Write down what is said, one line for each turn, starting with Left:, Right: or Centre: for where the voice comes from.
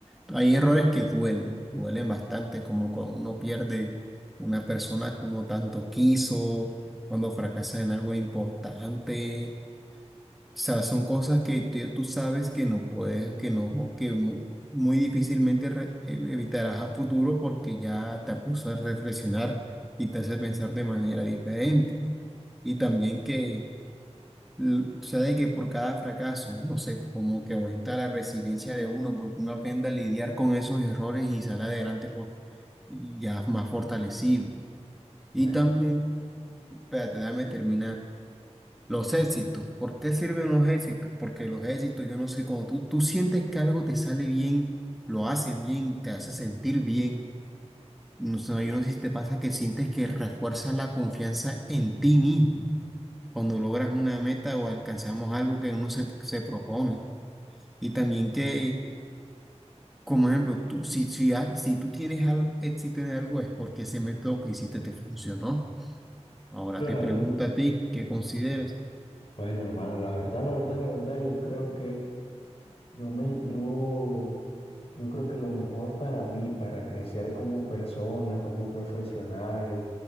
Centre: Hay errores que duelen, duelen bastante, como cuando uno pierde una persona que uno tanto quiso, cuando fracasa en algo importante. O sea, son cosas que te- tú sabes que no puedes, que no, que mu- muy difícilmente re- e- evitarás a futuro porque ya te puso a reflexionar y te hace pensar de manera diferente. Y también que l- sabes que por cada fracaso, no sé, como que aumenta la resiliencia de uno, porque uno aprende a lidiar con esos errores y sale adelante por, y ya más fortalecido.
Left: Bueno,
Centre: Y también, espérate, déjame terminar. Los éxitos. ¿Por qué sirven los éxitos? Porque los éxitos, yo no sé, cuando tú, tú sientes que algo te sale bien, lo haces bien, te hace sentir bien. No sé, yo no sé si te pasa que sientes que refuerza la confianza en ti mismo cuando logras una meta o alcanzamos algo que uno se, se propone. Y también que, como ejemplo, tú, si, si, ha- si tú tienes algo, éxito en algo es porque ese método que hiciste te funcionó. Ahora
Left: claro.
Centre: te pregunto a ti, ¿qué consideras?
Left: Bueno, hermano, la verdad, la verdad, la verdad, yo creo que Yo me, yo, yo creo que lo mejor para mí, para crecer como persona, como profesional,